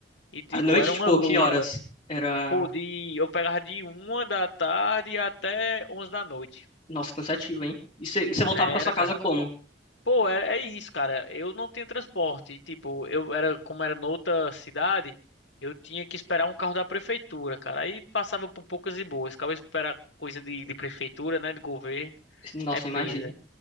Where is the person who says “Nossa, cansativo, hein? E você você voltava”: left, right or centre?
Left